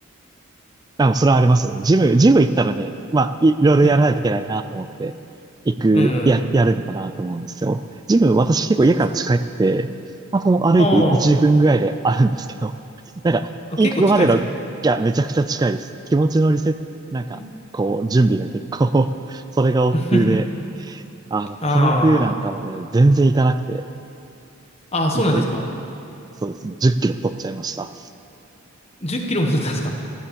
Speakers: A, on the right; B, on the left.
A: あ、それはありますよね。ジム、ジム行ったらね、まあ、い、いろいろやらないといけないなと思って、
B: はい。
A: 行く、
B: うん。
A: や、やるのかなと思うんですよ。ジム、私結構家から近くて、
B: そうですね。
A: まあ、この歩いて1、
B: ああ、
A: 2分ぐらいであるんですけど、<laughs> なんか、
B: あ結構近いですね。
A: 行くまでの、いや、めちゃくちゃ近いです。気持ちのリセット、なんか、
B: うん
A: こう、準備が結構 <laughs> それが億劫で、
B: <laughs>
A: あの、この冬なんかもね、
B: あ
A: 全然行かなくて、
B: あ、ああ、そうなんですか。
A: ずそうですね、10キロ太っちゃいました。
B: 10キロも太ったんですか。